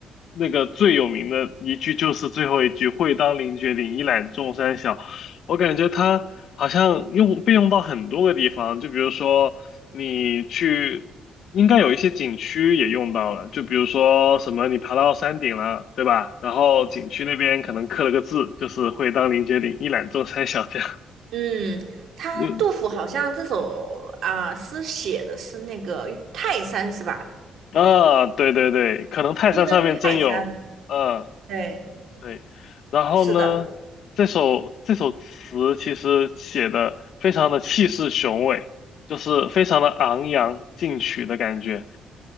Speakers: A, on the left; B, on the right.
A: 那个最有名的一句就是最后一句“会当凌绝顶，一览众山小”。我感觉它好像用被用到很多个地方，就比如说你去，应该有一些景区也用到了，就比如说什么你爬到山顶了，对吧？然后景区那边可能刻了个字，就是“会当凌绝顶，一览众山小”这样。<laughs>
B: 嗯，他杜甫好像这首啊、
A: 嗯
B: 诗写的是那个泰山是吧？
A: 啊，对对对，可能泰山上面真有，
B: 初登泰山，
A: 嗯。
B: 对，
A: 对，然后呢，
B: 是的，
A: 这首这首词其实写的非常的气势雄伟，就是非常的昂扬进取的感觉，